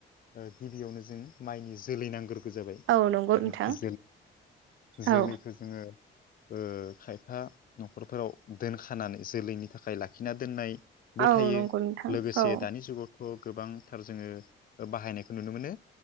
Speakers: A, on the left; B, on the right.
A: ओ गिबियावनो जों माइनि जोलै नांग्रोगौ जाबाय।
B: औ नंगौ नोंथां
A: <unintelligible> जोलैखौ
B: औ
A: जोङो ओ खायफा न'खरफोराव दोनखानानै जोलैनि थाखाय लाखिना दोननाय बो
B: औ
A: थायो
B: नंगौ नोंथां
A: लोगोसे
B: औ
A: दानि जुगाव ओ गोबांथार जोङो बाहायनायखौ नुनो मोनो